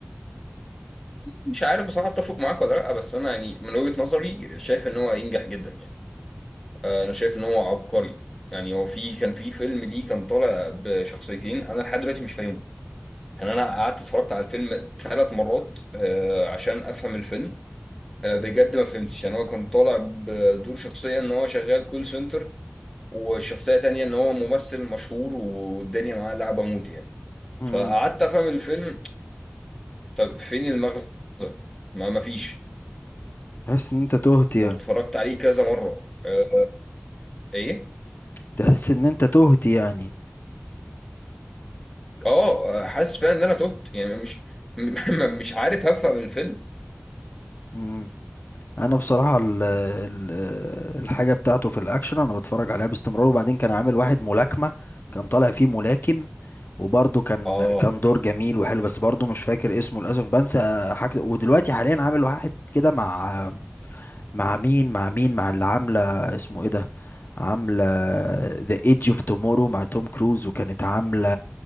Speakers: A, in the centre; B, on the left (about 50°).
A: مش عارف بصراحة أتفق معاك ولا لأ بس أنا يعني من وجهة نظري شايف إن هو ينجح جدا يعني. آه، انا شايف ان هو عبقري يعني هو في كان في فيلم ليه كان طالع بشخصيتين انا لحد دلوقتي مش فاهمهم يعني انا قعدت اتفرجت على الفيلم ثلاث مرات آه، عشان افهم الفيلم آه، بجد ما فهمتش يعني هو كان طالع بدور شخصية ان هو شغال كول سنتر والشخصية تانية ان هو ممثل مشهور والدنيا معاه لعبة موت يعني
B: امم
A: فقعدت افهم الفيلم طب فين المغزى ما ما فيش
B: تحس ان انت تهت يعني
A: واتفرجت عليه كذا مرة آه، ايه
B: تحس ان انت تهت يعني
A: اه آه، حاسس فعلا ان انا تهت يعني مش م- <laughs> مش عارف هفهم الفيلم
B: مم. انا بصراحه ال ال الحاجه بتاعته في الاكشن انا بتفرج عليها باستمرار وبعدين كان عامل واحد ملاكمه كان طالع فيه ملاكم وبرضه كان
A: اه
B: كان دور جميل وحلو بس برضه مش فاكر اسمه للاسف بنسى حاجه ودلوقتي حاليا عامل واحد كده مع مع مين مع مين مع اللي عاملة اسمه ايه ده عاملة The Edge of Tomorrow مع توم كروز وكانت عاملة